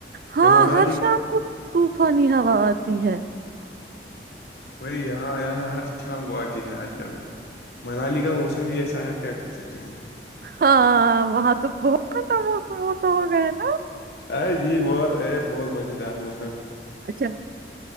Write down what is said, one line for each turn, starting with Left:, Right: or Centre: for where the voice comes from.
Right: ہاں
Left: میں منالی
Right: ہر شام کو طوفانی ہوا آتی ہے
Left: بی یہاں یہاں ہر شام کو آتی ہے آج کل منالی کا موسم ہی ایسا ہے آپ کیا کر سکتے ہیں
Right: ہاں وہاں تو بہت ٹھنڈا موسم ہوتا ہوگا ہے نا
Left: ا جی بہت بہت مزےیدار مو
Right: اچھا